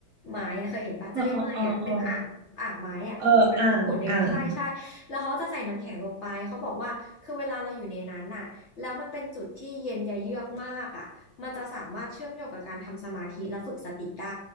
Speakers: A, on the left (about 55°); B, on the right (about 60°).
A: ไม้อะเคยเห็นปะจะเรียกว่าอะไงอะเป็นอ่างอ่างไม้อะอ่างญี่ปุ่นอะไรเงี้ยใช่ใช่แล้วเขาจะใส่น้ำแข็งลงไป
B: เออเออเออเออเอออ่าง อ่าง
A: เขาบอกว่าคือเวลาเราอยู่ในนั้นน่ะแล้วมันเป็นจุดที่เย็นยะเยือกมากอะมันจะสามารถเชื่อมโยงกับการทำสมาธิและฝึกสติได้